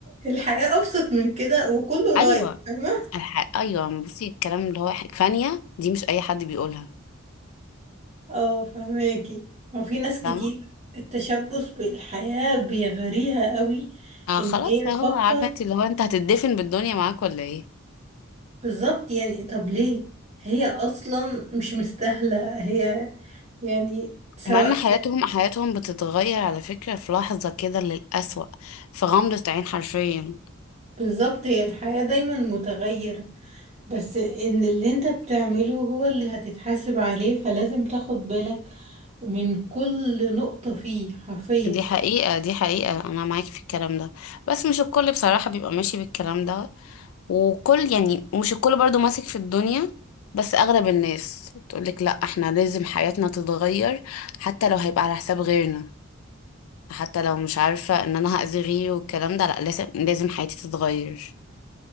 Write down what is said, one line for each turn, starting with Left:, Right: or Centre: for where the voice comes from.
Right: الحياة ابسط من كده وكله رايح
Left: ايوه
Right: فاهمة
Left: الح... ايوه بصي الكلام اللي هو ح- فانية دي مش اي حد بيقولها
Right: اه فهماكي وفي ناس كتير
Left: فاهمه
Right: التشبث بالحياة بيغريها قوي
Left: آه
Right: ان
Left: خلاص
Right: هي
Left: اهو
Right: تفكر
Left: عارفه انت اللي هو انت هتدفن بالدنيا معاك ولا ايه
Right: بالظبط يعني طب ليه هي اصلا مش مستاهلة هي يعني سواء
Left: ومع ان
Right: كان-
Left: حياتهم حياتهم بتتغير على فكره في لحظه كده للأسوأ في غمضه عين حرفيا
Right: بالظبط هي الحياة دايما متغيرة بس ان اللي انت بتعمله هو اللي هتتحاسب عليه فلازم تاخد بالك من كل نقطة فيه حرفيا
Left: دي حقيقة دي حقيقة أنا معاكي في الكلام ده بس مش الكل بصراحة بيبقى ماشي بالكلام ده وكل يعني مش الكل برضو ماسك في الدنيا بس أغلب الناس تقولك لأ احنا لازم حياتنا تتغير حتى لو هيبقى على حساب غيرنا حتى لو مش عارفة إن أنا هأذي غيري والكلام ده لأ لازم لازم حياتي تتغير